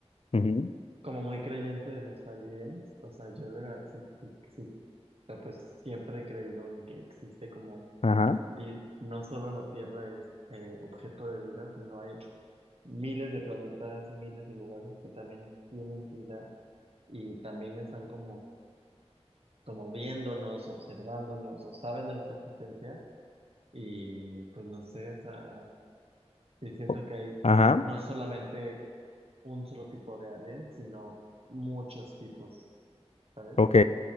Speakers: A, on the left (about 70°); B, on the right (about 60°).
A: Ujú,
B: como muy creyente de los aliens, o sea, yo de verdad sí, sí, sí, o sea, pues siempre he creído en que existe como,
A: Ajá.
B: vi- no solo la Tierra es eh, objeto de vida, sino hay miles de planetas, miles de lugares que también tienen vida y también están como, como viéndonos, observándonos o saben de nuestra existencia. Y pues no sé, o sea, sí siento
A: o-
B: que hay
A: Ajá.
B: no solamente un solo tipo de alien, sino muchos tipos, ¿sabes?
A: Ok.